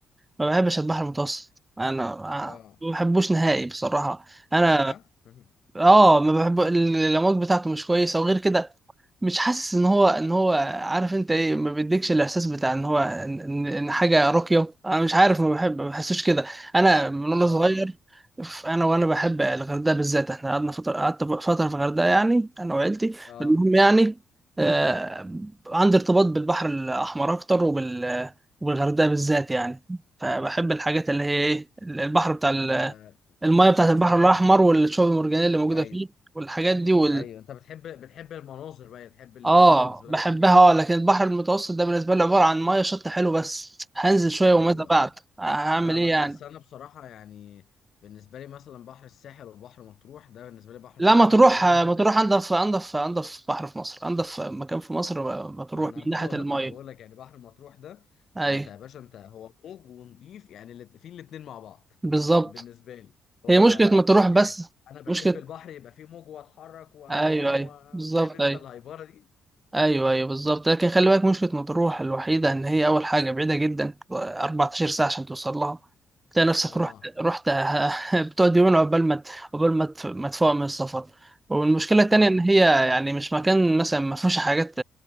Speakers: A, on the right (about 15°); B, on the left (about 65°).
A: ما بحبش البحر المتوسط انا
B: اه
A: ما بحبوش نهائي بصراحه انا
B: خطر اه <laughs>
A: اه ما بحب ال- الامواج بتاعته مش كويسه وغير كده مش حاسس ان هو ان هو عارف انت ايه ما بيديكش الاحساس بتاع ان هو ان, إن إن حاجه راقيه انا مش عارف ما بحب ما بحسوش كده انا من وانا
B: اه
A: صغير ف- انا وانا بحب الغردقه بالذات احنا قعدنا فتره قعدت فتره في الغردقه يعني انا وعيلتي
B: اه
A: المهم يعني آه عندي ارتباط بالبحر الاحمر اكتر وبال وبالغردقه بالذات يعني فبحب الحاجات اللي هي ايه البحر بتاع
B: ال-
A: المايه
B: البحر
A: بتاعت البحر
B: الاحمر
A: الاحمر
B: اه
A: والشعب المرجانيه اللي موجوده
B: ايوه
A: فيه والحاجات دي وال
B: ايوه انت بتحب بتحب المناظر بقى تحب الفيو
A: اه
B: بالنسبه
A: بحبها
B: لك يبقى
A: اه لكن البحر المتوسط ده بالنسبه لي عباره عن مايه شط حلو بس هنزل شويه
B: ايوه
A: وماذا بعد
B: ايوه
A: هعمل
B: لا ب...
A: ايه يعني
B: بس انا بصراحه يعني بالنسبه لي مثلا بحر الساحل وبحر مطروح ده بالنسبه لي بحر
A: لا
B: تحفه
A: ما تروح
B: لان انا
A: ما
B: زي ما
A: تروح
B: قلت لك
A: انضف انضف انضف بحر في مصر انضف مكان في مصر ما تروح
B: ما انا
A: من
B: ب... <laughs>
A: ناحيه المايه
B: ما انا بقول لك يعني بحر مطروح ده
A: اي
B: انت يا باشا انت هو موج ونضيف يعني الات- في الاتنين مع بعض <laughs>
A: بالظبط
B: بالنسبه لي هو
A: هي مشكله ما تروح
B: يعني
A: بس
B: انا بحب
A: مشكله
B: البحر يبقى فيه موج واتحرك و- واعوم
A: ايوه ايوه
B: و-
A: بالظبط
B: فاهم انت
A: ايوه
B: الهايبره دي
A: ايوه ايوه بالظبط لكن خلي بالك مشكله مطروح الوحيده ان هي اول حاجه بعيده جدا 14 ساعه عشان توصل لها تلاقي نفسك
B: اه
A: رحت رحت <laughs> بتقعد يومين عقبال ما ت- عقبال ما تف- ما تفوق من السفر والمشكله التانيه
B: اه
A: ان هي يعني مش مكان مثلا ما فيهوش حاجات